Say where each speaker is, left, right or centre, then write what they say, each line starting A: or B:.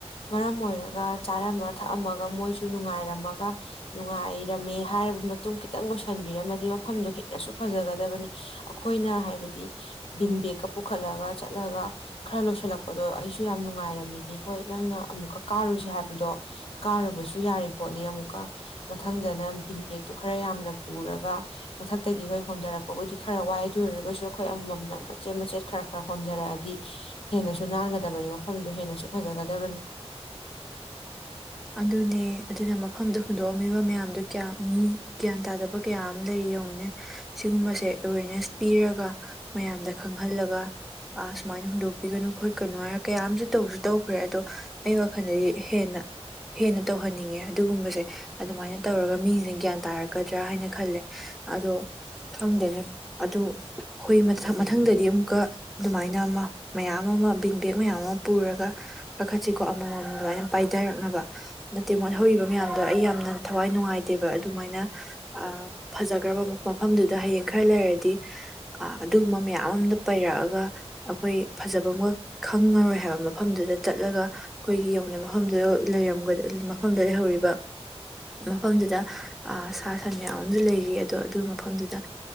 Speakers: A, on the left (about 60°); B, in the centre.
A: ꯃꯔꯝ ꯑꯣꯏꯔꯒ ꯆꯥꯔꯝꯃ ꯊꯛꯑꯝꯃꯒ ꯃꯣꯏꯁꯨ ꯅꯨꯡꯉꯥꯏꯔꯝꯃꯒ ꯅꯨꯡꯉꯥꯏꯔꯝꯃꯦ ꯍꯥꯏꯔꯕ ꯃꯇꯨꯡ ꯈꯤꯇꯪ ꯂꯣꯏꯁꯤꯟꯕꯤꯔꯝꯃꯗꯤ ꯃꯐꯝꯗꯣ ꯍꯦꯟꯅꯁꯨ ꯐꯖꯒꯗꯕꯅꯤ ꯑꯩꯈꯣꯏꯅ ꯍꯥꯏꯕꯗꯤ ꯕꯤꯟ ꯕꯦꯦꯛꯀ ꯄꯨꯈꯠꯂꯒ ꯆꯠꯂꯒ ꯈꯔ ꯂꯣꯏꯁꯤꯜꯂꯛꯄꯗꯣ ꯑꯩꯁꯨ ꯌꯥꯝ ꯅꯨꯡꯉꯥꯏꯔꯝꯃꯤꯅꯤ ꯍꯣꯏ ꯅꯪꯅ ꯑꯃꯨꯛꯀ ꯀꯥꯔꯨꯁ ꯍꯥꯏꯕꯗꯣ ꯀꯥꯔꯨꯕꯁꯨ ꯌꯥꯔꯤ ꯄꯣꯠꯅꯤ ꯑꯃꯨꯛꯀ ꯃꯊꯪꯗꯅ ꯕꯤꯟꯕꯦꯛ ꯑꯗꯨ ꯈꯔ ꯌꯥꯝꯅ ꯄꯨꯔꯒ ꯃꯊꯛꯇꯒꯤ ꯍꯣꯏ ꯍꯣꯟꯊꯔꯛꯄꯕꯨꯗꯤ ꯈꯔ ꯋꯥꯏ ꯑꯗꯨ ꯑꯣꯏꯔꯒꯁꯨ ꯑꯩꯈꯣꯏ ꯑꯃꯃꯝꯅ ꯃꯆꯦꯠ ꯃꯆꯦꯠ ꯈꯔ ꯈꯔ ꯍꯣꯟꯊꯔꯛꯑꯗꯤ ꯍꯦꯟꯅꯁꯨ ꯅꯥꯟꯒꯗꯕꯅꯤ ꯃꯐꯝꯗꯨ ꯍꯦꯟꯅꯁꯨ ꯐꯖꯒꯗꯕꯅꯤ
B: ꯑꯗꯨꯅꯦ ꯑꯗꯨꯅ ꯃꯐꯝꯗ ꯍꯨꯟꯗꯣꯛꯑꯝꯃꯤꯕ ꯃꯌꯥꯝꯗꯣ ꯀꯌꯥ ꯃꯤ ꯒ꯭ꯌꯥꯟ ꯇꯥꯗꯕ ꯀꯌꯥ ꯑꯃ ꯂꯩ ꯌꯦꯡꯉꯨꯅꯦ ꯁꯤꯒꯨꯝꯕꯁꯦ ꯑꯦꯋꯦꯔꯅꯦꯁ ꯄꯤꯔꯒ ꯃꯌꯥꯝꯗ ꯈꯪꯍꯜꯂꯒ ꯁꯨꯃꯥꯏꯅ ꯍꯨꯟꯗꯣꯛꯄꯤꯒꯅꯨ ꯈꯣꯠꯀꯅꯨ ꯍꯥꯏꯅ ꯀꯌꯥ ꯑꯃꯁꯨ ꯇꯧꯁꯨ ꯇꯧꯈ꯭ꯔꯦ ꯑꯗꯣ ꯑꯩ ꯋꯥꯈꯜꯗꯗꯤ ꯍꯦꯟꯅ ꯍꯦꯟꯅ ꯇꯧꯍꯟꯅꯤꯡꯉꯦ ꯑꯗꯨꯒꯨꯝꯕꯁꯦ ꯑꯗꯨꯃꯥꯏꯅ ꯇꯧꯔꯒ ꯃꯤꯁꯦ ꯒ꯭ꯌꯥꯟ ꯇꯥꯔꯛꯀꯗ꯭ꯔꯥ ꯍꯥꯏꯅ ꯈꯜꯂꯦ ꯑꯗꯣ ꯈꯪꯗꯅꯤ ꯑꯗꯨ ꯑꯩꯈꯣꯏ ꯃꯊꯪ ꯃꯊꯪꯗꯗꯤ ꯑꯃꯨꯛꯀ ꯑꯗꯨꯃꯥꯏꯅ ꯑꯃ ꯃꯌꯥꯝ ꯑꯃ ꯕꯤꯟ ꯕꯦꯦꯛ ꯃꯌꯥꯝ ꯑꯃ ꯄꯨꯔꯒ ꯀꯥꯈꯠꯁꯤꯀꯣ ꯑꯃꯃꯝ ꯑꯗꯨꯃꯥꯏꯅ ꯄꯥꯏꯊꯔꯛꯅꯕ ꯅꯠꯇꯦ ꯃꯣꯠꯍꯧꯔꯤꯕ ꯃꯌꯥꯝꯗꯣ ꯑꯩ ꯌꯥꯝꯅ ꯊꯋꯥꯏ ꯅꯨꯡꯉꯥꯏꯇꯦꯕ ꯑꯗꯨꯃꯥꯏꯅ ꯑ ꯐꯖꯈ꯭ꯔꯕ ꯃꯐꯝꯗꯨꯗ ꯍꯌꯦꯡ ꯈꯔ ꯂꯩꯔꯗꯤ ꯑ ꯑꯗꯨꯒꯨꯝꯕ ꯃꯌꯥꯝ ꯑꯝꯗ ꯄꯩꯔꯛꯑꯒ ꯑꯩꯈꯣꯏ ꯐꯖꯕ ꯑꯃꯒ ꯈꯪꯉꯔꯣꯏ ꯍꯥꯏꯕ ꯃꯐꯝꯗꯨꯗ ꯆꯠꯂꯒ ꯑꯩꯈꯣꯏꯒꯤ ꯌꯧ ꯃꯐꯝꯗꯨꯗ ꯂꯩ ꯃꯐꯝꯗꯨꯗ ꯂꯩꯍꯧꯔꯤꯕ ꯃꯐꯝꯗꯨꯗ ꯁꯥ ꯁꯟ ꯃꯌꯥꯝ ꯑꯃꯁꯨ ꯂꯩꯔꯤ ꯑꯗꯣ ꯑꯗꯨꯒꯤ ꯃꯐꯝꯗꯨꯗ